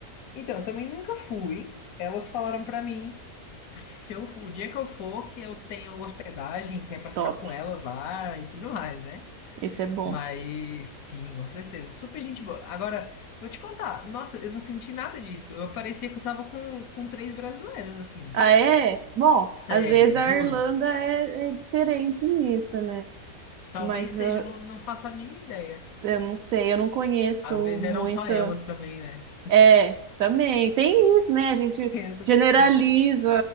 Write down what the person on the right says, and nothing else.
Top.
Esse é bom.
Ah, é? Bom,
às vezes a
Irlanda é, é diferente nisso, né?
Mas
ah,
eu não sei, eu não conheço
muito.
É, também. Tem isso, né? A gente
generaliza